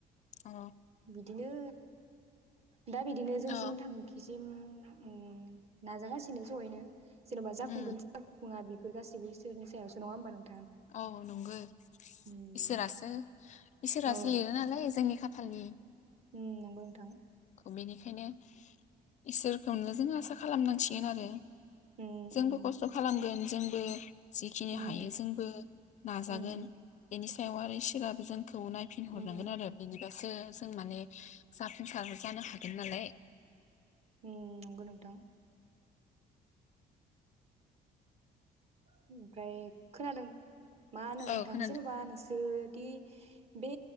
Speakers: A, on the left (about 45°); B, on the right (about 40°).
A: अ
B: बिदिनो दा बिदिनो जों
A: अ
B: जियावनो थांखिस सिम उम नाजागासिनो ज'यैनो जेन'ब
A: उम
B: बुंगोन सोब बुङा बि बेफोर गासैबो इसोरनि सायावसो नंङा होमबा नोंथ
A: औ नंगो
B: उम
A: इसोरासो इसोरासो
B: औ
A: लिरो नालाय जोंनि खा फालनि
B: उम नंगो नोंथां।
A: बेनिखायनो इसोरखौनो जों आसा खालामनांसिगोन आरो
B: उम
A: जोंबो
B: उम
A: खस्थ' खालाम गोन जोंबो जिखिनि
B: उम
A: हायो जोंबो नाजागोन
B: उम उम
A: एनि सायाव आरो इसोराबो जों खौ नायफिनहरनांगोन
B: उम
A: आरो बेनिबासो जों माने जाफुंसार जानो हागोन नालाय।
B: उम नंगो नोंथां। <unintelligible> ओमफ्राय खोनादों मा होनो
A: औ
B: नोंथां
A: खोनादों
B: जेनबा नोंसोर दि बै